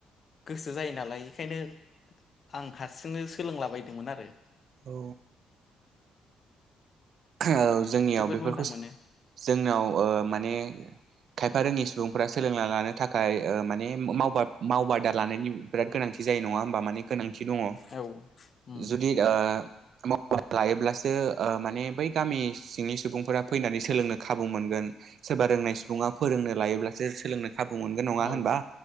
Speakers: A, on the left (about 45°); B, on the right (about 65°).
A: गोसो जायो नालाय बेखायनो आं हारसिंनो सोलोंलाबायदोंमोन आरो।
B: औ औ जोंनियाव
A: जोबोद
B: बेफोरखौ
A: मोजां मोनो
B: जोंनाव ओ माने खायफा रोङि सुबुंफोरा सोलोंना लानो थाखाय ओ माने मावबाद मावबादा लानायनि बिराद गोनांथि जायो नङा होमबा माने गोनां थि दङ।
A: औ उम
B: जुदि ओ मावबादा लायोब्लासो ओ माने बै गामि सिंनि सुबुंफोरा फैनानै सोलोंनो खाबु मोनगोन सोरबा रोंनाय सुबुङा फोरोंनो लायोब्लासो सोलोंनो खाबु मोनगोन नङा
A: औ
B: होनबा?